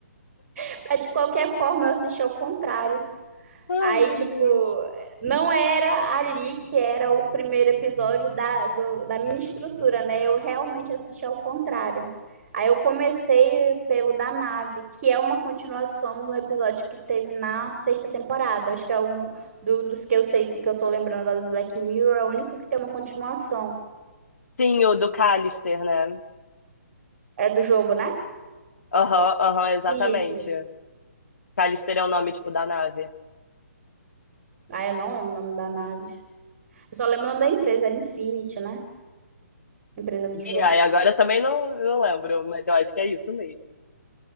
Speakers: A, on the right (about 35°); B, on the left (about 60°).
A: <laughs> mas de qualquer forma eu assisti ao contrário.
B: Ai,
A: Aí,
B: meu
A: tipo,
B: Deus.
A: não era ali que era o primeiro episódio da, do- da minha estrutura, né? Eu realmente assisti ao contrário. Aí eu comecei pelo da nave, que é uma continuação do episódio que teve na sexta temporada. Acho que é um do- dos que eu sei, que eu tô lembrando agora do Black Mirror, é o único que tem uma continuação.
B: Sim, o do Callister, né?
A: É do jogo, né?
B: Aham, aham, exatamente.
A: Isso, isso.
B: Callister é o nome, tipo, da nave.
A: Ah, eu não lembro o nome da nave. Eu só lembro o nome da empresa, era Infinity, né? Empresa do jogo.
B: E aí, agora eu também não, não lembro, mas eu acho que é isso mesmo.